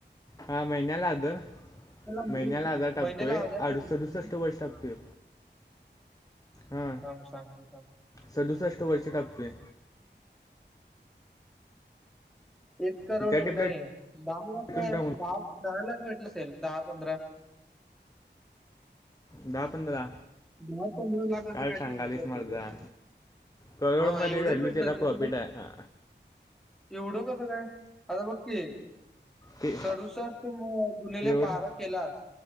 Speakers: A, on the left; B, in the centre.
A: हा महिन्याला हजार.
B: म्हणजे
A: महिन्याला हजार टाकतोय,
B: महिन्याला हजार
A: आड
B: टाकत
A: सदुसष्ट
B: होते ना
A: वर्ष टाकतोय.
B: हा,
A: हां
B: थांब, सांगतो थांब.
A: सदुसष्ट वर्ष टाकतोय.
B: एक करोड
A: तुझ्या डिप्लॉटून
B: नाही, दहा लाख, दहा..
A: टाकून
B: दहा लाख भेटलं असेल दहा, पंधरा
A: दहा पंधरा
B: दहा, पंधरा लाख असं
A: काय
B: कायतरी
A: सांगालीस
B: भेटलं असंल
A: मर्दा
B: रे.
A: करोडमध्ये
B: हा एवढंच
A: व्हॅल्यू,
B: भेटणार
A: त्याला
B: की
A: प्रॉफिट
B: आता बघ
A: आहे.
B: एवढं कसं काय? आता बघ की
A: ते
B: सडूसष्ट ने गुनीले
A: एवढं
B: बारा केलास,